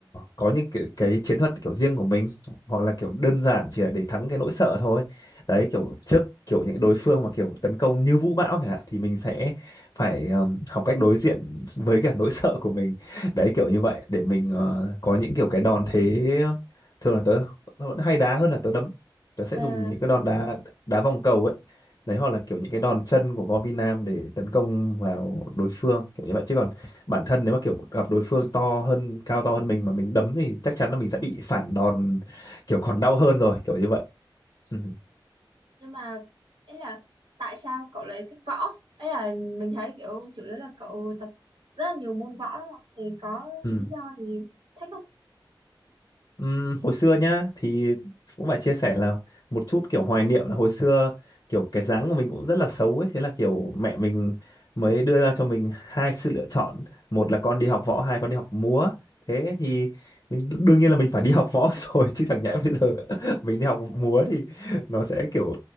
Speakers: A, on the left (about 50°); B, on the right (about 75°).
A: có những cái, cái chiến thuật kiểu riêng của mình hoặc là kiểu đơn giản chỉ là để thắng cái nỗi sợ thôi đấy kiểu trước kiểu những đối phương mà kiểu tấn công như vũ bão chẳng hạn thì mình sẽ phải um, học cách đối diện với cả nỗi sợ của mình đấy kiểu như vậy để mình ờ, có những kiểu cái đòn thế thường là tớ vẫn hay đá hơn là tớ đấm tớ sẽ
B: ờ
A: dùng những cái đòn đá đá vòng cầu ấy đấy hoặc là kiểu những cái đòn chân của Võ Vi Nam để tấn công vào đối phương kiểu như vậy chứ còn bản thân nếu mà kiểu gặp đối phương to hơn cao to hơn mình mà mình đấm thì chắc chắn là mình sẽ bị phản đòn kiểu còn đau hơn rồi kiểu như vậy ừ.
B: nhưng mà ấy là tại sao cậu lại thích võ ấy là mình thấy kiểu chủ yếu là cậu tập rất là nhiều môn võ đúng không thì có
A: Ừ.
B: lý do thì thích không
A: Ừm, hồi xưa nhá thì cũng phải chia sẻ là một chút kiểu hoài niệm là hồi xưa kiểu cái dáng của mình cũng rất là xấu ấy thế là kiểu mẹ mình mới đưa ra cho mình hai sự lựa chọn một là con đi học võ hai con đi học múa thế thì mình đương nhiên là mình phải đi học võ <laughs> rồi chứ chẳng nhẽ bây giờ <laughs> mình đi học múa thì nó sẽ kiểu